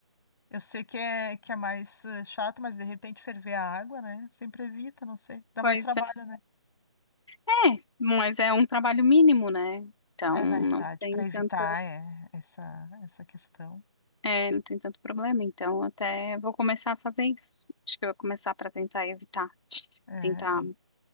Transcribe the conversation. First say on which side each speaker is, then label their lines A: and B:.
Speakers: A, on the left; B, on the left.
A: eu sei que é, que é mais eh, chato, mas de repente ferver a água, né? Sempre evita, não sei. Dá
B: Pois
A: mais trabalho,
B: é.
A: né?
B: É, mas é um trabalho mínimo, né? Então,
A: É,
B: não
A: na realidade,
B: tem
A: para evitar
B: tanto.
A: é, essa, essa questão.
B: É, não tem tanto problema, então até vou começar a fazer isso. Acho que eu vou começar para tentar evitar,
A: É,
B: tentar
A: é.